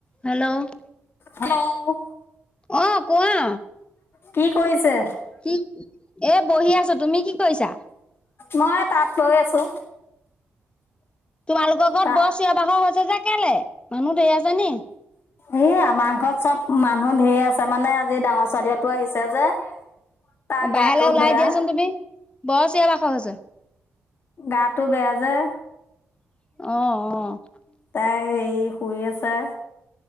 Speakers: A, on the left; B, on the left.
A: হেল্ল',
B: হেল্ল'
A: অ' কোৱা?
B: কি কৰিছে?
A: কি এ বহি আছো। তুমি কি কৰিছা?
B: মই তাত বৈ আছো।
A: তোমালোকৰ ঘৰত
B: তা
A: বৰ চিঞ বাখৰ হৈছে যে কেলে মানুহ ধেই আছে নি?
B: এই আমাৰ ঘৰত চব মানুহ ধেই আছে মানে আজি ডাঙৰ ছোৱালীতো আহিছে যে। তাৰ
A: বাহেলৈ
B: গাটো
A: ওলাই
B: বেয়া,
A: দিয়াচোন তুমি বৰ চিয়ৰ বাখৰ হৈছে।
B: গাটো বেয়া যে।
A: অ-অ,
B: তাই হে শুই আছে।